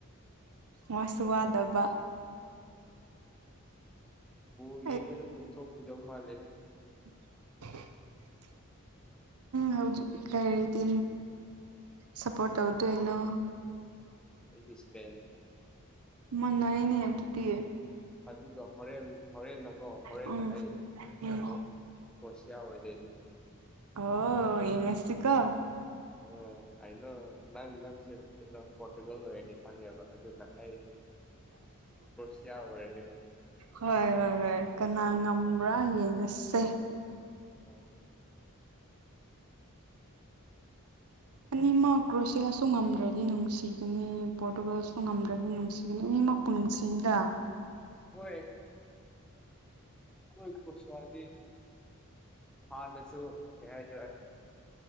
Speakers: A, on the right; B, in the centre.
A: ꯋꯥꯁꯨꯋꯥꯗꯕ
B: ꯑꯣ ꯌꯦꯡꯕꯗ
A: ꯑꯩ
B: ꯑꯗꯨꯝ ꯁꯣꯛꯈꯤꯗꯧ ꯃꯥꯜꯂꯦꯗ
A: <unintelligible> ꯍꯧ ꯀꯔꯤꯔꯤꯇ ꯁꯄꯣꯔꯠ ꯇꯧꯗꯣꯏꯩꯅꯣ
B: ꯗꯤ ꯏꯁꯄꯦꯟ
A: ꯃꯅꯅꯤ ꯑ ꯇꯗꯤꯤ
B: ꯑꯗꯨꯒ ꯍꯣꯔꯦꯟ ꯍꯣꯔꯦꯟꯟꯅꯀꯣ ꯍꯣꯔꯦꯟ
A: ꯎꯝ
B: ꯑꯩꯣꯠ
A: ꯎꯝ
B: ꯌꯥ ꯑꯣꯏꯣꯏ ꯀꯅꯤ
A: ꯑꯣ ꯌꯦꯉꯁꯁꯤꯀꯣ
B: ꯑꯣ ꯑꯩꯅꯣ ꯅꯪ ꯅꯪꯩꯅ ꯄꯣꯇꯒ ꯀꯅꯤ ꯈꯪꯉꯦꯕ ꯑꯗꯨꯅ ꯑꯩ ꯀ꯭ꯔꯣꯁꯤꯌꯥ ꯑꯣꯏꯔꯅꯤ
A: ꯍꯣꯏ ꯍꯣꯏ ꯍ ꯀꯅꯥ ꯄꯨꯔꯥ ꯌꯦꯡꯉꯁꯦ
B: ꯑ
A: ꯑꯅꯤꯃꯛ ꯀ꯭ꯔꯣꯁꯤꯌꯥꯁꯨ ꯉꯝꯗ꯭ꯔꯗꯤ ꯅꯨꯡꯁꯤꯒꯅꯤ ꯄꯣꯔꯇꯨꯒꯜꯁꯨ ꯉꯝꯗ꯭ꯔꯗꯤ ꯅꯨꯡꯁꯤ ꯑꯗꯨ ꯑꯅꯤꯃꯛꯄꯨ ꯅꯨꯡꯁꯤꯗ
B: ꯑꯣꯏꯣꯏ ꯀꯣꯏ ꯄꯨꯁꯤ ꯌꯥꯗꯤ ꯍꯥꯥ ꯅꯁꯨꯣ ꯀꯦ ꯆ